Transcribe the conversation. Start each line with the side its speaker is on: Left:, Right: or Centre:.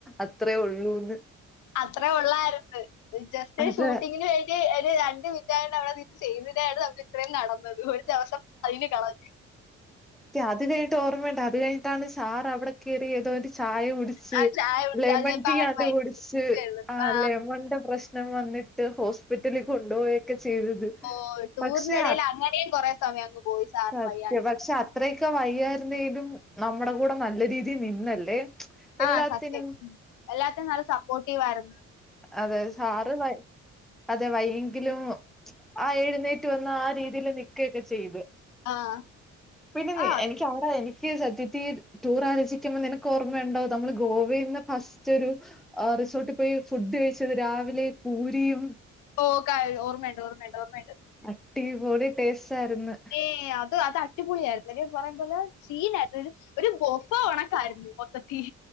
Centre: അത്രേ ഒള്ളൂന്ന്
Left: അത്രേ ഒള്ളായ്ര്ന്ന് ജസ്റ്റ്
Centre: അത്
Left: എ ഷൂട്ടിങ്ങിന് വേണ്ടി എര് രണ്ട് മി യോണ്ട് അവടെ നീത് ചെയ്യ്ന്നതാണ് നമ്മക്ക് ഇത്രേം നടന്നത് ഒരു ദിവസം അതിന് കളഞ്ഞ്
Centre: ക്ക് അത് കഴിഞ്ഞ്ട്ട് ഓർമ്മയ്ണ്ടോ അത് കഴ്ഞ്ഞിട്ടാണ് സാറ് അവിടെ കേറി ഏതോ ഒര് ചായ കുടിച്ച്
Left: ആ ചായ കുടിച്ച്
Centre: ലെമെൺ
Left: അതിനിപ്പോ
Centre: ടീ
Left: അങ്ങനെ
Centre: ആണ്ട്
Left: മരിച്ചു
Centre: കുട്ച്ച് ആഹ്
Left: ആ
Centre: ലെമെൺന്റെ പ്രശ് ശ്നം വന്നിട്ട് ഹോസ്പിറ്റലി കൊണ്ട് പോയൊക്കെ ചെയ്തത്
Left: ഓഹ് ടൂറ്ന്റെ
Centre: പക്ഷെ
Left: എടെയില് അങ്ങെനേം കൊറേ സമയം അങ്ങ് പോയി സാറിന്
Centre: സത്യം
Left: വയ്യാണ്ട്
Centre: പക്ഷെ അത്രെയൊക്കെ വയ്യായ്ര്ന്നേലും നമ്മടെ കൂടെ നല്ല രീതി നിന്നല്ലേ എല്ലാത്തിനും
Left: ആഹ് സത്യം എല്ലാത്തിനും നല്ല സപ്പോട്ടീവായ്ര്ന്ന്
Centre: അതെ സാറ് ഭ അതെ വയ്യെങ്കിലും ആഹ് എഴ്ന്നേറ്റ് വന്ന് ആ രീതിയില് നിക്കെക്കെ ചെയ്തു
Left: ആ
Centre: പിന്നെ നീ
Left: ആ
Centre: എനിക്ക് അവ്ടെ എനിക്ക് സത്യത്തി ടൂറാലോചിക്കുമ്പൊ നിനക്ക് ഓർമ്മയ്ണ്ടോ നമ്മള് ഗോവേന്ന് ഫസ്റ്റൊരു അ റിസോട്ട് പോയ് ഫുഡ് കഴിച്ചത് രാവിലെ പൂരിയും
Left: ഓ കാര്യം ഓർമ്മയുണ്ട് ഓർമ്മയുണ്ട് ഓർമ്മയുണ്ട്.
Centre: അട്ടിപൊളി ടേസ്റ്റ് ആയിരുന്നു
Left: ഏ അത് അത് മറ്റേ പുളിയായിരുന്നു ഒരു പറയും പോലെ സീനായിരുന്നു ഒരു ഒരു ബൊഫ് കണക്കായിരുന്നു മൊത്തത്തിൽ.